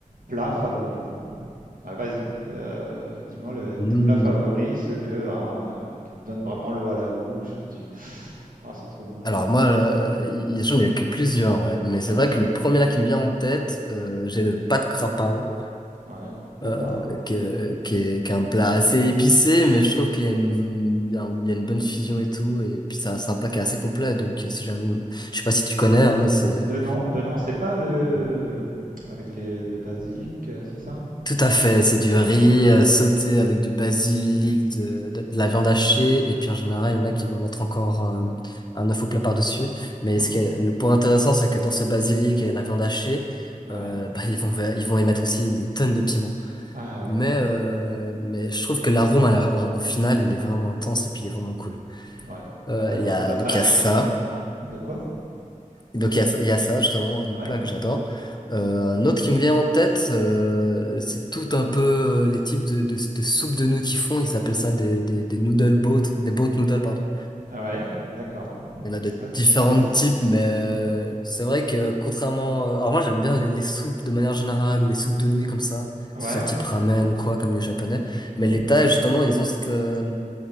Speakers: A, on the right; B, on the left.
A: plats favoris? Ah, vas-y, euh, dis-moi le-
B: Hmm.
A: tes plats favoris, ceux que, ah, qui te donnent vraiment l'eau à la bouche. et Tu... Ah, c'est trop bon,
B: Alors
A: j'ai envie.
B: moi,
A: de-
B: euh, y- y- j'en ai eu plusieurs, ouais. Mais c'est
A: Ouais,
B: vrai que le premier là qui me vient en tête, euh, j'ai le pad krapao,
A: ouais, d'accord.
B: euh, qui est, qui est, qui est un plat assez épicé, mais je trouve qu'il y a une, il y a un- il y a une bonne fusion et tout, et puis ça, c'est un plat qui est assez complet. Donc euh, si jamais, je sais pas si tu connais, hein, mais c'est
A: De nom, de nom, c'est pas le avec les- le basilic, euh, c'est ça?
B: Tout
A: Non?
B: à fait, c'est du
A: Ah
B: riz
A: ouais.
B: euh, sauté avec du basilic, de, de, de la viande hachée, et puis en général, il y en a qui vont mettre encore euh, un œuf au plat par-dessus. Mais
A: Mhm.
B: ce qui est, le point intéressant, c'est que dans ce basilic et la viande hachée,
A: Ouais.
B: euh, bah, ils vont, ils vont y mettre aussi une tonne de piment.
A: Ah ouais,
B: Mais,
A: ah ouais,
B: euh, mais je trouve que l'arôme
A: ouais,
B: à la- en- au final, il est vraiment intense et puis il est vraiment cool.
A: ouais,
B: Euh,
A: Ouais, d'accord.
B: Il y a,
A: Ça, ça,
B: donc il y a ça.
A: je, je me rappelle. De quoi?
B: Donc il y a, il y a ça justement, un
A: Ouais.
B: plat que j'adore. Euh, un autre qui me vient en tête, euh, c'est tout un peu euh, les types de, de, de soupes de nouilles qu'ils font. Ils appellent ça des, des, des noodle boat, des boat noodles, pardon.
A: Ah ouais, d'accord.
B: Il y en a
A: Et
B: de
A: ça,
B: différents
A: c'est,
B: types, mais euh, c'est vrai que contrairement... euh, alors moi j'aime bien les, les soupes de manière générale ou les soupes de nouilles comme ça,
A: ouais.
B: que ce soit type ramen ou quoi, comme
A: Mhm.
B: les japonais.
A: Mhm.
B: Mais les Thaïs justement, ils ont cette... euh,